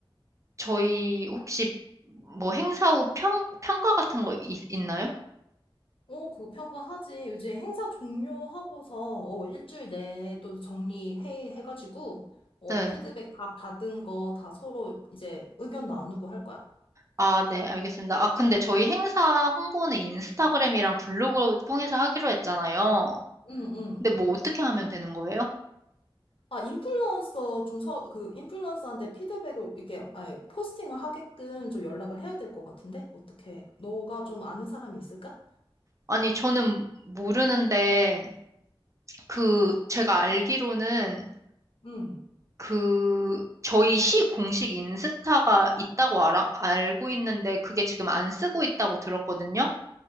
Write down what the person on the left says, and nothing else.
어, 그거 평가하지. 요즘 행사 종료하고서, 어, 일주일 내에 또 정리 회의 해가지고, 어,
피드백 다 받은 거 다 서로 이제 의견 나누고 할 거야.
응, 응.
아, 인플루언서 좀 서, 그, 인플루언서한테 피드백을, 이렇게, 아니, 포스팅을 하게끔 좀 연락을 해야 될 것 같은데? 어떻게, 너가 좀 아는 사람이 있을까?
응.